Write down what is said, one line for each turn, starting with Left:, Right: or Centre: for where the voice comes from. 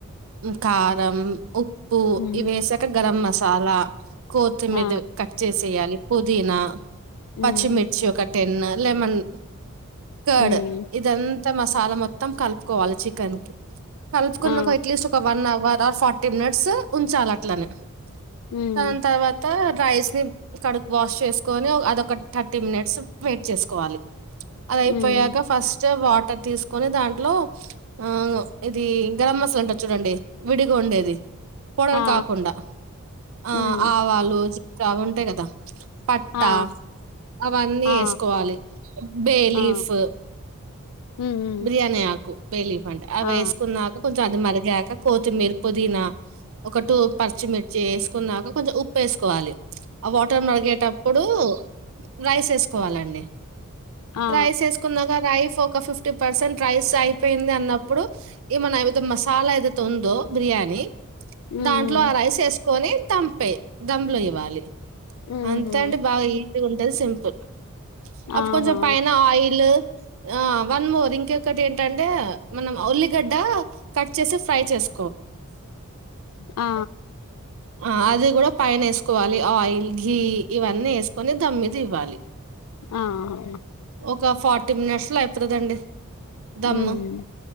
Right: మ్ కారం ఉప్పు
Left: మ్మ్
Right: ఇవి వేసాక గరం మసాలా కోతిమీద
Left: ఆ
Right: కట్ చేసి వెయ్యాలి పుదీనా
Left: మ్మ్
Right: పచ్చిమిర్చి ఒక టెన్ లెమన్ కడ్
Left: మ్మ్
Right: ఇదంతా మసా మొత్తం కలుపుకోవాలి చికెన్ కి కలుపుకున్నక
Left: ఆ
Right: ఎట్లీస్ట్ ఒక one hour or forty minutes ఉంచాలి అట్లనే
Left: మ్మ్
Right: దాన్ తర్వాత రైస్ ని కడుకు వాష్ చేసుకొని అదొక థర్టీ మినిట్స్ వెయిట్ చేసుకోవాలి అద అయిపోయాక
Left: హ్మ్
Right: ఫస్ట్ వా త తీసు కొని దాంట్లో ఆ ఇది గరం మసాలా ఉంటది చూడండి విడిగా ఉండేది పొడర్
Left: ఆ ఆ
Right: కాకుండా ఆ
Left: హ్మ్
Right: ఆవాలు క్రావుంటాయి కదా పట్టా
Left: ఆ
Right: అవన్నీ
Left: ఆ
Right: వేసుకోవాలి బేలీఫ్
Left: ఆ హ్మ్ హ్మ్.
Right: బిర్యాని ఆక్ కు బేలీఫ్ అంట అవి
Left: ఆ
Right: వేసుకున్నాక కొంచెం అది మర్ గాక కొతిమీర పుదీనా ఒక టు పర్చిమిర్చి వేసుకున్నాక కొంచెం ఉప్పు వేసుకోవాలి ఆ వాటర్ మరిగేటప్పుడు రైస్ ఏస్కోవాలండి
Left: ఆ
Right: రైస్ ఏసుకున్నాక రైఫ్ ఒక్ ఒక ఫిఫ్ట్ ఫిఫ్టీ పర్సెంట్ రైస్ ఆయి అపోయింది అన్నప్పుడు ఈ మనా ఏమతే మసాలా ఏదైతే ఉందో బిర్యానీ
Left: హ్మ్
Right: దాంట్లో ఆ రైస్ వేసుకొని దంపే దంపలో ఇవ్వాలి
Left: ఊహూ
Right: అంత అంటే బాగా ఈజీగా ఉంటది సింపుల్ అప్పు
Left: ఆహా
Right: కొంచెం పైన ఆయిల్ ఆ వన్ మోర్ ఇంకొకటి ఏంటంటే మనం ఉల్లిగడ్డ కట్ చేసి ఫ్రై చేస్
Left: ఆ
Right: ఆ అది కూడా పైన ఏసుకోవాలి ఆయిల్ ఘీ ఇవన్నీ ఏసుకొని దమ్ మీద ఇవ్వాలి
Left: ఆ ఆహా!
Right: ఒక ఫార్టీ మినట్స్ పత్రదండి దమ్ము
Left: హ్మ్